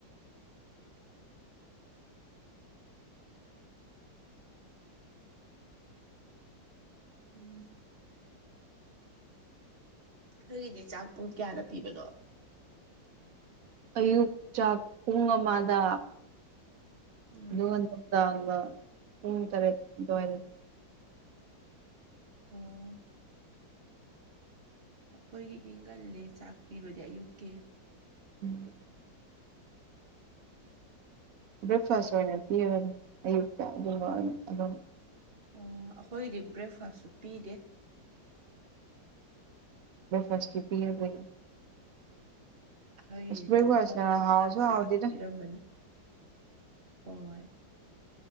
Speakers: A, on the right (about 35°); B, on the right (about 65°).
A: ꯎꯝ ꯅꯣꯏꯒꯤꯗꯤ ꯆꯥꯛ ꯄꯨꯡ ꯀꯌꯥꯗ ꯄꯤꯕꯅꯣ
B: ꯑꯌꯨꯛ ꯆꯥꯛ ꯄꯨꯡ ꯑꯃꯗ
A: ꯎꯝ
B: ꯑꯗꯨꯒ ꯅꯨꯡꯗꯥꯡꯅ ꯄꯨꯡ ꯇꯔꯦꯠ ꯑꯗꯨꯋꯥꯏꯗ
A: ꯎꯝ ꯑꯩꯈꯣꯏꯒꯤꯗꯤ ꯉꯜꯂꯦ ꯆꯥꯛ ꯄꯤꯕꯗꯤ ꯑꯌꯨꯛꯀꯤ
B: ꯎꯝ ꯕ꯭ꯔꯦꯛꯐꯥꯁ ꯑꯣꯏꯅ ꯄꯤꯕꯅꯤ ꯑꯌꯨꯛꯇ ꯑꯗꯨꯒ ꯑꯗꯨꯝ
A: ꯑꯣ ꯑꯩꯈꯣꯏꯒꯤꯗꯤ ꯕ꯭ꯔꯦꯛꯐꯥꯁꯁꯨ ꯄꯤꯗꯦ
B: ꯕ꯭ꯔꯦꯛꯐꯥꯁꯇꯤ ꯄꯤꯔꯕꯩ
A: ꯑꯩꯈꯣꯏꯒꯤꯗꯤ
B: ꯑꯁ ꯕ꯭ꯔꯦꯛꯐꯥꯁꯅ
A: ꯇꯨꯝ ꯍꯧꯒꯠꯂꯛꯄꯒ
B: ꯍꯥꯎꯁꯨ
A: ꯆꯥꯛ
B: ꯍꯥꯎꯗꯦꯗ
A: ꯄꯤꯔꯝꯃꯅꯤ ꯍꯣꯏ